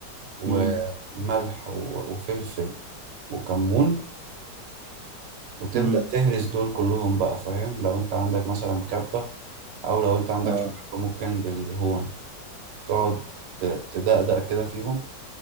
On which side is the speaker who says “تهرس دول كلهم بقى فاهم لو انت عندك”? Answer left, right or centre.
Right